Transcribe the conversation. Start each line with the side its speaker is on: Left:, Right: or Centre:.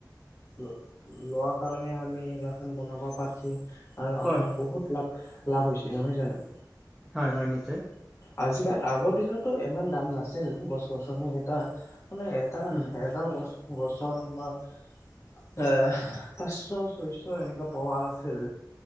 Left: লো লোৱা কাৰণে আমি এইগিলাখান বনাব পাৰছি। আৰু আমাৰ
Centre: হয়,
Left: বহুত লাভ লাভ হৈছে নহয় জানো?
Centre: হয় হয় নিশ্চয়।
Left: আজিকালি আগৰ দিনতো ইমান দাম নাছিল গছ গছনি কেইটা। মানে এটা
Centre: উম,
Left: এডাল গছ গছৰ আমাৰ- এ পাঁচশ ছয়শ এনেকা পাৱা আছিল।